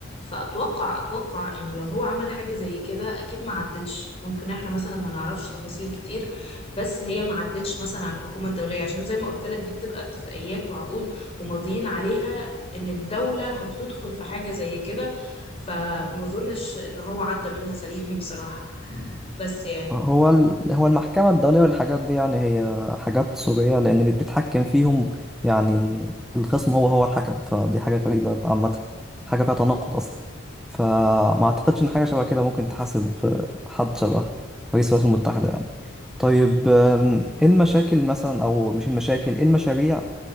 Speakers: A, on the left; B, in the centre.
A: فاتوقع اتوقع انه لو هو عمل حاجة زي كده اكيد ما عدتش ممكن احنا مثلا ما نعرفش تفاصيل كتير بس هي ما عدتش مثلا على الحكومة الدولية عشان زي ما قلت لك دي بتبقى اتفاقيات وعقود وماضيين عليها ان الدولة هتدخل في حاجة زي كده فما اظنش ان هو عدى منها سليم <laughs> بصراحة بس يعني
B: هو ال... هو المحكمة الدولية والحاجات دي يعني هي حاجات سورية لأن اللي بيتحكم فيهم يعني الخصم هو هو الحكم فدي حاجة غريبة عامة حاجة فيها تناقض أصلا فما أعتقدش إن حاجة شبه كده ممكن تحاسب حد شبه رئيس الولايات المتحدة يعني طيب أم، إيه المشاكل مثلا أو مش المشاكل إيه المشاريع